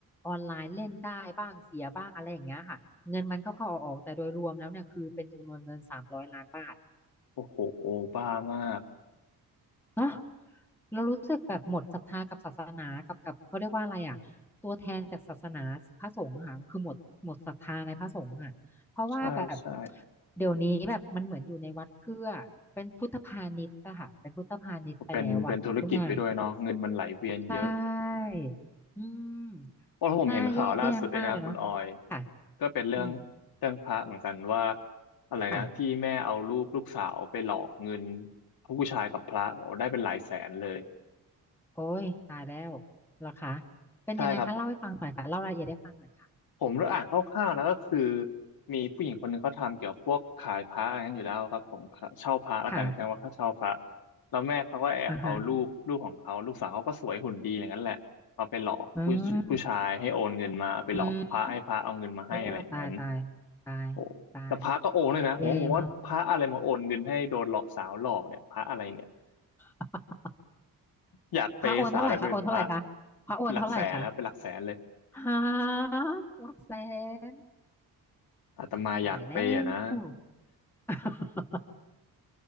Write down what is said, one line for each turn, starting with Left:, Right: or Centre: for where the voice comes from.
Centre: ออนไลน์เล่นได้บ้างเสียบ้างอะไรอย่างเงี้ยค่ะเงินมันเข้าๆออกๆแต่โดยรวมแล้วเนี่ยคือเป็นจำนวนเงินสามร้อยล้านบาท
Left: โอ้โหบ้ามาก
Centre: เนาะ เรารู้สึกแบบหมดศรัทธากับศาสนากับกับเขาเรียกว่าอะไรอ่ะตัวแทนจากศาสนาพระสงฆ์อะค่ะคือหมดหมดศรัทธาในพระสงฆ์อ่ะเพราะว่าแบบ
Left: ใช่ใช่
Centre: เดี๋ยวนี้แบบมันเหมือนอยู่ในวัดเพื่อเป็นพุทธพาณิชย์อะค่ะเป็นพุทธพาณิชย์ไปแล้วอะทุกอย่าง
Left: เป็นเป็นธุรกิจไปด้วยเนาะเงินมันไหลเวียนเยอะ
Centre: ใช่อืม
Left: เพราะผมเห็นข่าวล่าสุดเลยนะคุณออย
Centre: น่าแย่แย่มากเลยเนาะค่ะ
Left: ก็เป็นเรื่อง
Centre: อืม
Left: เรื่องพระเหมือนกันว่าอะไรนะที่แม่เอารูปลูกสาวไปหลอกเงิน
Centre: ค่ะ
Left: ผู้ชายกับพระโอ้ได้เป็นหลายแสนเลย
Centre: โอ้ยตายแล้วเหรอคะเป็นยังไงคะเล่าให้ฟังหน่อยค่ะเล่ารายละเอียดให้ฟังหน่อยค่ะ
Left: ใช่ครับ ผมได้อ่านคร่าวๆนะก็คือมีผู้หญิงคนหนึ่งเขาทำเกี่ยวพวกขายพระอะไรนั้นอยู่แล้วครับผมเช่าพระแล้วกันใช่ไหมว่าเขาเช่าพระ
Centre: ค่ะ
Left: แล้วแม่เขาก็แอบเอารูปลูกของเขาลูกสาวเขาก็สวยหุ่นดีอย่างนั้นแหละเอาไปหลอกผู้ผู้ชายให้โอนเงินมาเอาไปหลอกพระให้พระเอาเงินมาให้อะไรอย่างนั้น
Centre: อ่าฮะอืมอืม โอ้ตายตายตายตาย
Left: โอ้แล้วพระก็โอนเลยนะผมก็งงว่าพระอะไรมาโอนเงินให้โดนหลอกสาวหลอกเนี่ยพระอะไรเนี่ย
Centre: แย่มาก <laughs>
Left: อยากเปย์สาวได้ไปเป็นพระ
Centre: พระโอนเท่าไหร่คะโอนเท่าไหร่คะพระโอนเท่าไหร่คะ
Left: ผมเป็นหลักแสนแล้วเป็นหลักแสนเลย
Centre: ฮะหลักแสน
Left: อาตมาอยากเปย์อะนะ
Centre: ตายแล้ว <laughs>